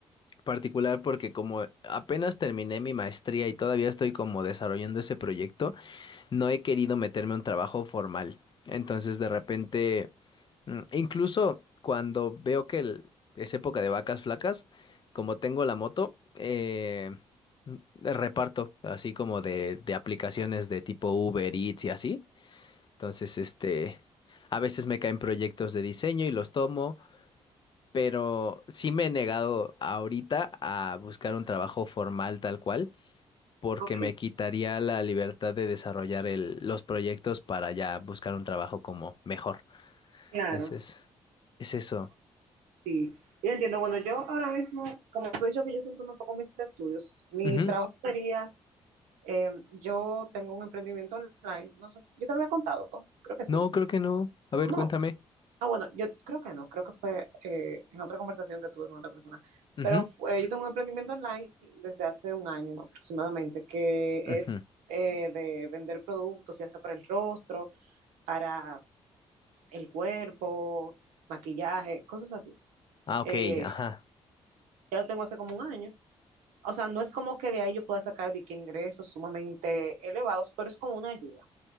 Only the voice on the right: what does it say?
Ok,
claro.
Sí, yo entiendo. Bueno, yo ahora mismo, como te he dicho que yo siempre me enfoco en mis estudios, mi
trabajo sería, eh, yo tengo un emprendimiento online, no sé, si- yo te lo había contado, creo que sí.
No,
ah, bueno, yo creo que no, creo que fue eh, en otra conversación que tuve con otra persona,
pero fue- yo tengo un emprendimiento online desde hace un año aproximadamente, que
es eh, de vender productos, ya sea para el rostro, para el cuerpo, maquillaje, cosas así.
Eh,
ya lo tengo hace como un año. O sea, no es como que de ahí yo pueda sacar de que ingresos sumamente elevados, pero es como una ayuda.